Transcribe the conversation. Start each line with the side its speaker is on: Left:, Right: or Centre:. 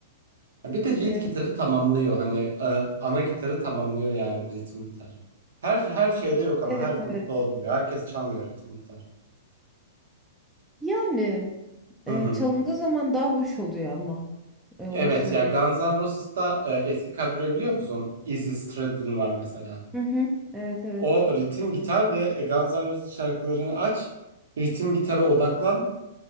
Right: Ha, Bir de lead
Centre: e,
Right: gitarı tamamlıyor hani e, ana gitarı tamamlıyor yani bu ritim gitar. Her her şeyde yok ama
Centre: evet
Right: her grupta
Centre: evet.
Right: olmuyor. Herkes çalmıyor ritim gitar.
Centre: Yani
Right: Hı
Centre: e,
Right: hı.
Centre: çalındığı zaman daha hoş oluyor ama E,
Right: Evet
Centre: onu söyleyeyim.
Right: ya Guns N' Roses'ta e, eski kadroyu biliyor musun? Izzy Stradlin var mesela.
Centre: Hı hı. Evet evet.
Right: O ritim gitar ve Guns N' Roses şarkılarını aç. Ritim gitara odaklan.